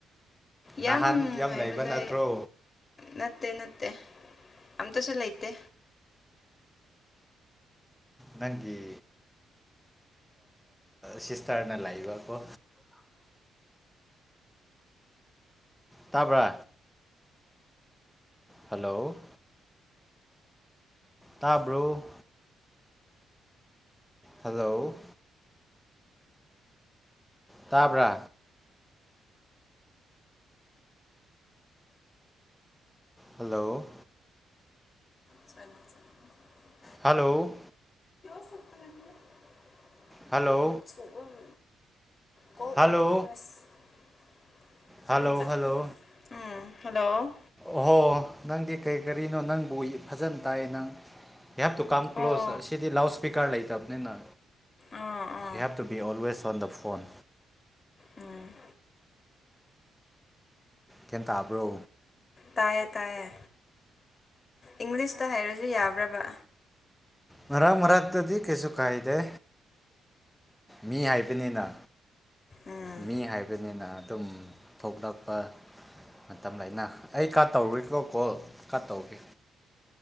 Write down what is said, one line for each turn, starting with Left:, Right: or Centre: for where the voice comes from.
Left: ꯌꯥꯝ
Centre: ꯅꯍꯥꯟ ꯌꯥꯝ
Left: ꯍꯥꯏꯕꯗ
Centre: ꯂꯩꯕ ꯅꯠꯇ꯭ꯔꯣ
Left: ꯅꯠꯇꯦ ꯅꯠꯇꯦ ꯑ ꯇꯁꯨ ꯂꯩꯇꯦ
Centre: ꯅꯪꯒꯤ ꯁꯤꯁꯇꯔꯅ ꯂꯕꯀꯣ ꯇꯥꯕ꯭ꯔ ꯍꯂꯣ ꯇꯥꯕ꯭ꯔꯣ ꯍꯜꯂꯣ ꯇꯥꯕ꯭ꯔ ꯍꯜꯂꯣ
Left: ꯆꯉꯣ <inaudible>
Centre: ꯍꯂꯣ
Left: ꯁꯄꯔꯒ <inaudible>
Centre: hello
Left: ꯁꯒ <inaudible> call
Centre: hello
Left: in progress <unintelligible>
Centre: hello hello
Left: ꯎꯝ ꯍꯜꯂꯣ
Centre: ꯑꯣꯍꯣ ꯅꯪꯗꯤ ꯀꯔꯤ ꯀꯔꯤꯅꯣ ꯅꯪꯕꯨ ꯐꯖꯅ ꯇꯥꯏꯌꯦ ꯅꯪ ꯍꯦ ꯇꯨ ꯀꯝ ꯀ ꯀ꯭ꯂꯣꯖ
Left: ꯑꯣ
Centre: ꯑꯁꯤꯗꯤ ꯂꯥꯎꯑꯣꯁꯄꯤꯀꯔ ꯂ ꯇꯕꯅꯤꯅ
Left: ꯑꯥ ꯑꯥ
Centre: he help to be always on the phone
Left: ꯎꯝ
Centre: ꯒꯌ꯭ꯥꯟ ꯇꯥꯕ꯭ꯔꯣ
Left: ꯇꯌꯦ ꯇꯥꯏꯌꯦ ꯏꯪꯂꯤꯁꯇ ꯍꯥꯏꯩꯔꯁꯨ ꯌꯥꯕ꯭ꯔꯕ
Centre: ꯃꯔꯥꯛ ꯃꯔꯥꯛꯇꯗꯤ ꯀꯩꯁꯨ ꯀꯥꯏꯗꯦ ꯃꯤ ꯍꯥꯏꯕꯅꯤꯅ
Left: ꯎꯝ
Centre: ꯃꯤ ꯍꯥꯏꯕꯅꯤꯅ ꯑꯗꯨꯝ ꯊꯣꯛꯂꯛꯄ ꯃꯇꯝ ꯂꯩꯅ ꯑꯩ ꯀꯥ ꯇꯧꯔꯨꯔꯤꯀꯣ ꯀꯣꯜ ꯀ ꯇꯧꯒꯦ